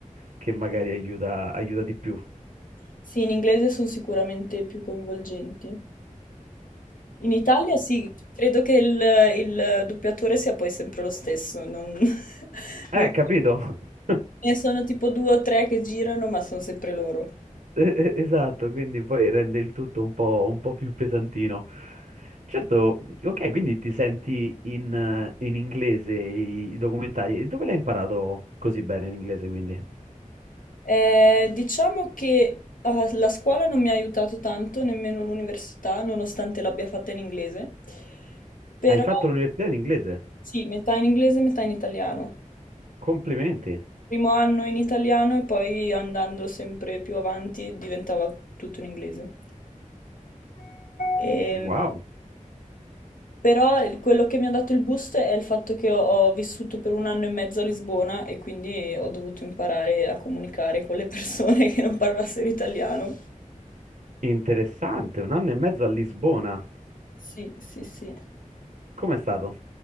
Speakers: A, on the right (about 75°); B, on the left (about 85°).
A: che magari aiuta, aiuta di più.
B: Sì, in inglese sono sicuramente più coinvolgenti. In Italia sì, credo che il, il doppiatore sia poi sempre lo stesso, non, <laughs>
A: Eh,
B: non-
A: capito? <laughs>
B: ne sono tipo due o tre che girano, ma sono sempre loro.
A: Eh, eh, Esatto, quindi poi rende il tutto un po', un po' più pesantino. Certo, ok, quindi ti senti in, eh, in inglese i, i documentari. E Dove l'hai imparato così bene l'inglese, quindi?
B: Eh, diciamo che ah, la scuola non mi ha aiutato tanto, nemmeno l'università, nonostante l'abbia fatta in inglese, però
A: Hai fatto l'università in inglese?
B: sì, metà in inglese, metà in italiano.
A: Complimenti.
B: Primo anno in italiano e poi andando sempre più avanti diventava tutto in inglese. Ehm,
A: Wow,
B: Però il- quello che mi ha dato il boost è il fatto che ho, ho vissuto per un anno e mezzo a Lisbona e quindi ho dovuto imparare a comunicare con le persone <laughs> che non parlassero italiano.
A: interessante, un anno e mezzo a Lisbona.
B: Sì, sì, sì.
A: Com'è stato?